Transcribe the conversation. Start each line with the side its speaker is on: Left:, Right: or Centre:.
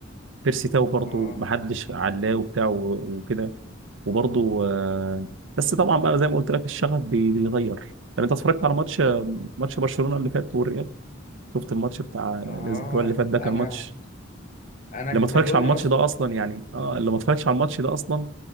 Right: بيرسي تاو برضه
Left: اه
Right: ما حدش علاه وبتاع و- وكده وبرضه آه، بس طبعا بقى زي ما قلت لك الشغف بي- بيغير طب انت اتفرجت على ماتش
Left: بط-
Right: ماتش برشلونه اللي فات والريال شفت الماتش بتاع الاسبوع
Left: اه
Right: اللي فات ده
Left: انا
Right: كان ماتش
Left: انا
Right: اللي ما اتفرجش
Left: كتالوني
Right: على الماتش
Left: اصلا
Right: ده اصلا يعني اه اللي ما اتفرجش على الماتش ده اصلا